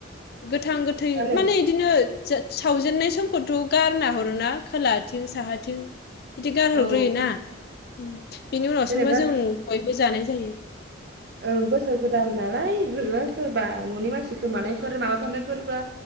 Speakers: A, on the left; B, on the right.
A: गोथां गोथै
B: जानो
A: माने इदिनो सा-सावजेननाय समखौथ' गारना हरो ना खोलाथिं साहाथिं। बिदि गारहरग्रोयोना
B: औ
A: बिनि उनावसोमबो
B: जेनेबा
A: जों बयबो जानाय जायो।
B: ओं बोसोर गोदान ना लाय होग्रा सोरबा न'नि मानसि गोमानायफोर माबाफानायफोरबा।